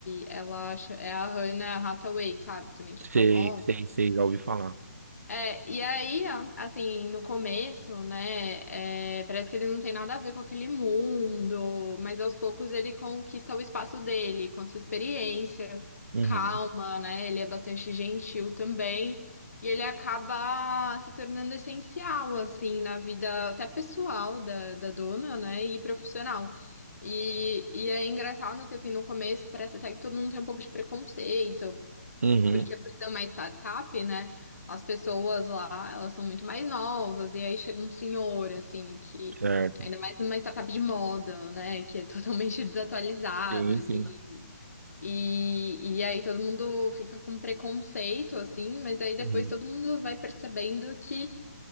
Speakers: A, on the left (about 75°); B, on the right (about 70°).
A: ela cha- é a Hannah Hathaway, sabe? Também que é famosa.
B: Sei, sei, sei, já ouvi falar.
A: É, e aí, a- assim, no começo, né, é, parece que ele não tem nada a ver com aquele mundo, mas aos poucos ele conquista o espaço dele, com a sua experiência,
B: Uhum.
A: calma, né, ele é bastante gentil também, e ele acaba se tornando essencial, assim, na vida até pessoal da, da dona, né, e profissional. E, e é engraçado que, assim, no começo parece até que todo mundo tem um pouco de preconceito,
B: Uhum.
A: porque por ser uma startup, né, as pessoas lá, elas são muito mais novas, e aí chega um senhor, assim, que,
B: Certo.
A: ainda mais numa startup de moda, né, que é <laughs> totalmente desatualizado
B: Sim,
A: ali,
B: sim.
A: e, e aí todo mundo fica com preconceito, assim, mas aí depois
B: Uhum.
A: todo mundo vai percebendo que